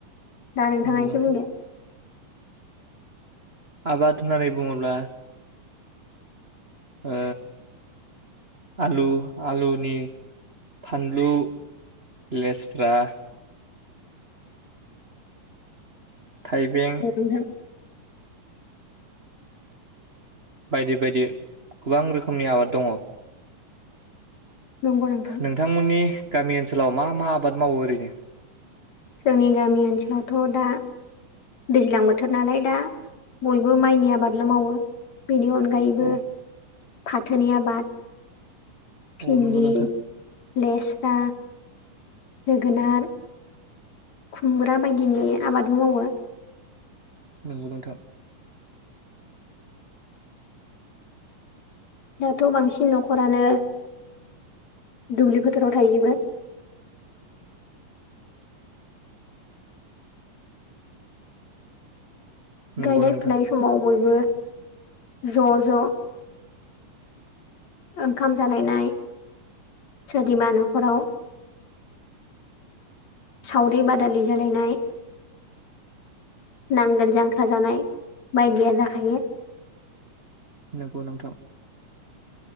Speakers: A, on the left; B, on the right.
A: दा नोंथाङा
B: नंगौ नोंथां
A: एसे बुंदो, !
B: आबाद होननानै बुङोब्ला, ओ, आलु आलुनि फानलु लेस्रा थाइबें
A: औ नोंथां
B: बायदि बायदि गोबां रोखोमनि आबाद दङ
A: नंगौ नोंथां
B: नोंथांमोननि गामि ओनसोलाव मा मा आबाद मावो ओरैनो
A: जोंनि गामि ओनसोलावथ' दा दैज्लां बोथोर नालाय दा बयबो माइनि आबादल' मावो बेनि अनगायैबो
B: औ
A: फाथोनि आबाद
B: अ
A: भिन्दि
B: नोंगो नोंथां
A: लेस्रा जोगोनार खुमग्रा बायदिनि आबाद मावो
B: नंगौ नोंथां
A: दाथ' बांसिन न'खरानो दुब्लि फोथाराव थायैजोबो
B: नंगौ
A: गायनाय
B: नोंथां
A: फुनाय समाव बयबो ज' ज' ओंखाम जालायनाय सोरनिबा न'खराव सावरि बादालि जालायनाय नांगोल जांख्रा जानाय बायदिया जाखायो।
B: नोंगौ नोंथां